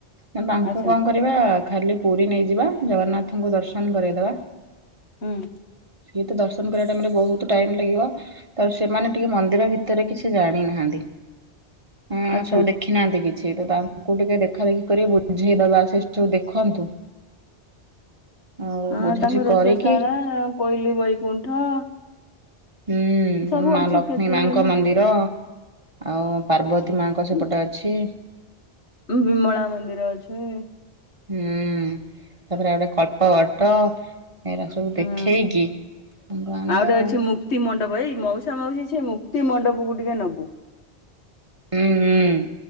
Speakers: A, on the right; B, on the left.
A: ନା ତାଙ୍କୁ
B: ଆଚ୍ଛା
A: କଣ କରିବା ଖାଲି ପୁରୀ ନେଇଯିବା ଜଗନ୍ନାଥଙ୍କୁ ଦର୍ଶନ କରେଇଦେବା।
B: ହୁଁ!
A: ସିଏ ତ ଦର୍ଶନ କରିବା ଟାଇମରେ ବହୁତ ଟାଇମ ଲାଗିବ ତ ସେମାନେ ଟିକେ ମନ୍ଦିର ଭିତରେ କିଛି ଜାଣିନାହାନ୍ତି। ହଁ
B: ଆଚ୍ଛା
A: ସବୁ ଦେଖି ନାହାନ୍ତି କିଛି ତ ତାଙ୍କୁ ଟିକେ ଦେଖା ଦେେଖି କରି ବୁଝେଇ ଦବା ସେ ସବୁ ଦେଖନ୍ତୁ ଆଉ
B: ହଁ
A: ବୁଝାବୁଝି
B: ତାଙ୍କ ରସେଇସାଳା
A: କରିକି
B: କୋଇଲି ବୈକୁଣ୍ଠ
A: ହୁଁ
B: ସବୁ
A: ମା
B: ଅଛି
A: ଲକ୍ଷ୍ମୀ
B: କେତେ
A: ମାଙ୍କ
B: ନା
A: ମନ୍ଦିର ଆଉ ପାର୍ବତୀ ମାଙ୍କ
B: ହଁ
A: ସେପଟେ ଅଛି
B: ବିମଳା ମନ୍ଦିର ଅଛି।
A: ହୁଁ ତାପରେ ଏଉଡ କଳ୍ପବଟ। ଏଗରା ସବୁ
B: ହଁ
A: ଦେଖେଇକି ଆମକୁ ଆଣିବା
B: ଗୋଟେ
A: ଆଉ।
B: ଅଛି ମୁକ୍ତି ଏଇ ମାଉସା ମାଉସୀ ସେ ମୁକ୍ତି ମଣ୍ଡପକୁୁ ଟିକେ ନବୁ।
A: ହୁଁ ହୁଁ।